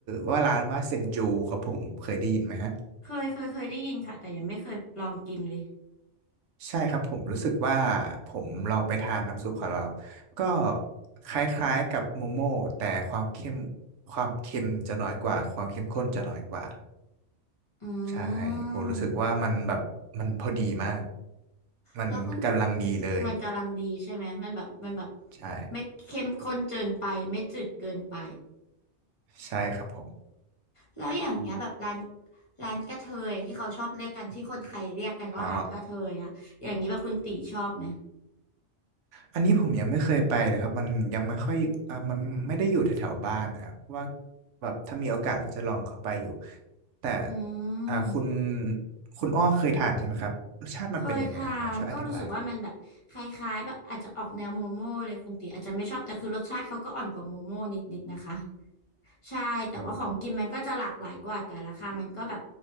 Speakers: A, on the right; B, on the left.
A: ว่าร้านว่าเซนจูครับผมเคยได้ยินไหมฮะ
B: เคยเคยเคยได้ยินค่ะแต่ยังไม่เคยลองกินเลย
A: ใช่ครับผมรู้สึกว่าผมลองไปทานน้ำซุปของเราก็คล้ายๆกับโมโม่แต่ความเข้มความเค็มจะน้อยกว่าความเข้มข้นจะน้อยกว่า
B: อืม
A: ใช่ผมรู้สึกว่ามันแบบมันพอดีมากมันกำลังดีเลย
B: แล้วคุณมันกำลังดีใช่ไหมมันแบบมันแบบ
A: ใช่
B: ไม่เค็มข้นเกินไปไม่จืดเกินไป
A: ใช่ครับผม
B: แล้วอย่างเงี้ยแบบร้านร้านกระเทยที่เขาชอบเรียกกันที่คนไทยเรียกกันว่าร้านกระเทยอะอย่างนี้แบบคุณตีชอบไหม
A: อ๋อ อันนี้ผมยังไม่เคยไปเลยครับมันยังไม่ค่อยอ่ามันไม่ได้อยู่แถวๆบ้านครับว่าแบบถ้ามีโอกาสก็จะลองเข้าไปอยู่แต่
B: อื
A: อ่าคุณ
B: ม
A: คุณอ้อเคยทานใช่ไหมครับรสชาติมันเป็นยังไงล่ะฮะช่วยอธิบาย
B: เคยทานก็รู้สึกว่ามันแบบคล้ายๆแบบอาจจะออกแนวโมโม่เลยคุณตีอาจจะไม่ชอบแต่คือรสชาติเขาก็อ่อนกว่าโมโม่นิดๆนะคะใช่แต่ว่าของกินมันก็จะหลากหลายกว่าแต่ราคามันก็แบบ